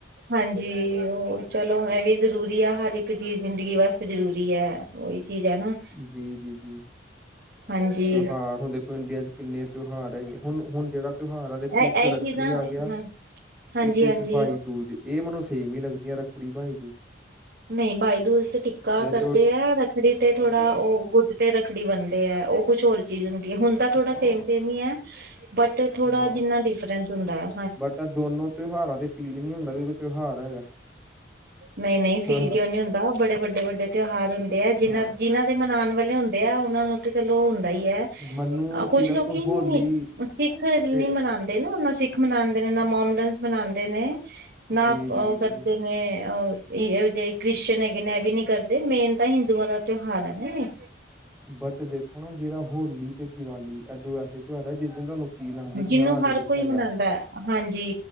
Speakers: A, on the right; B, in the centre.
A: ਹਾਂਜੀ, ਉਹ ਚਲੋ ਇਹ ਵੀ ਜ਼ਰੂਰੀ ਐ, ਹਰ ਇੱਕ ਚੀਜ਼ ਜ਼ਿੰਦਗੀ ਵਾਸਤੇ ਜ਼ਰੂਰੀ ਐ। ਉਹੀ ਚੀਜ਼ ਐ ਨਾ।
B: ਜੀ-ਜੀ, ਜੀ
A: ਹਾਂਜੀ
B: ਤਿਉਹਾਰ ਹੁਣ ਦੇਖੋ ਇੰਡੀਆ 'ਚ ਕਿੰਨੇ ਤਿਉਹਾਰ ਹੈਗੇ, ਹੁਣ-ਹੁਣ ਜਿਹੜਾ ਤਿਉਹਾਰ ਆ
A: ਇਹ
B: ਦੇਖੋ
A: ਇਹੀ
B: ਇੱਕ ਰੱਕੜੀ
A: ਚੀਜ਼ਾਂ
B: ਆ ਗਿਆ,
A: ਹਾਂ ਹਾਂਜੀ
B: ਇਥੇ
A: ਹਾਂਜੀ
B: ਇੱਕ ਭਾਈ ਦੂਜ ਇਹ ਮੈਨੂੰ ਸੇਮ ਈ ਲੱਗਦੀਆਂ, ਰੱਖੜੀ, ਭਾਈ ਦੂ
A: ਨਹੀਂ ਭਾਈ ਦੂਜ ਤੇ ਟਿੱਕਾ ਕਰਦੇ
B: ਚ
A: ਆ, ਰੱ ਰੱਖੜੀ ਤੇ ਥੋੜ੍ਹਾ ਉਹ ਗੁੱਟ ਤੇ ਰੱਖੜੀ ਬਨਦੇ ਐ, ਉਹ ਕੁਛ ਹੋਰ ਚੀਜ਼ ਹੁੰਦੀ। ਹੁੰਦਾ ਥੋੜਾ
B: ਹਾਂ
A: ਸੇਮ-ਸੇਮ ਈ ਐ। ਬਟ ਇਹ ਥੋੜਾ
B: ਹਾਂ
A: ਜਿੰਨਾ ਡਿਫਰੈਂਸ ਹੁੰਦਾ ਆ।
B: ਬਟ ਐਹ ਦੋਨੋ ਤਿਉਹਾਰਾਂ ਤੇ ਫੀਲ ਈ ਨੀ ਹੁੰਦਾ, ਕਿ ਕੋਈ ਤਿਉਹਾਰ ਹੈਗਾ।
A: ਨ‌ਈਂ-ਨ‌ਈਂ ਫੀਲ
B: ਹਾਂ
A: ਕਿਉਂ ਨੀ ਹੁੰਦਾ, ਉਹ ਬੜੇ ਵੱਡੇ-ਵੱਡੇ ਤਿਉਹਾਰ ਹੁੰਦੇ ਆ, ਜਿਨ੍ਹਾਂ-ਜਿਨਾਂ
B: ਹਾਂ
A: ਤੇ ਮਨਾਨ ਵਾਲੇ ਹੁੰਦੇ ਆ, ਉਹਨਾਂ ਨੂੰ ਤੇ ਚਲੋ ਹੁੰਦਾ ਈ ਐ,
B: ਮੈਨੂੰ
A: ਕੁਛ
B: ਸਿਰਫ
A: ਲੋਕੀ
B: ਹੋਲੀ
A: ਸਿੱਖ ਨੀ
B: ਤੇ
A: ਮਨਾ ਦੇ ਨਾ, ਨਾ ਸਿੱਖ ਮਨਾਂਦੇ ਨੇ, ਨਾ ਮੋਮਡਨਸ ਮਨਾਂਦੇ ਨੇ, ਨਾ
B: ਜੀ ਜੀ
A: ਉਹ
B: ਜੀ
A: ਕਰਦੇ
B: ਜੀ
A: ਨੇ ਆਹ ਇਹੋ ਜਿਹੇ ਕ੍ਰਿਸ਼ਚਨ ਹੈਗੇ ਨੇ ਇਹ ਵੀ ਨੀ ਕਰਦੇ, ਮੇਨ ਤਾਂ ਹਿੰਦੂਆਂ ਦਾ ਤਿਉਹਾਰ ਹੈ ਨਾ ਇਹ।
B: ਬਟ ਦੇਖੋ ਨਾ, ਜਿਹੜਾ ਹੋਲੀ ਤੇ ਦੀਵਾਲੀ ਇਹ ਦੋ ਐਸੇ ਤਿਉਹਾਰ ਐ, ਜਿਸ ਦਿਨ ਤੁਹਾਨੂੰ ਫੀਲ ਆਉਂਦੀ ਕਿ
A: ਜਿਹਨੂੰ
B: ਹਾਂ, ਅੱਜ
A: ਹਰ
B: ਕੁੱਛ
A: ਕੋਈ
B: ਹੈਗਾ।
A: ਮਨਾਉਂਦਾ ਹੈ। ਹਾਂਜੀ।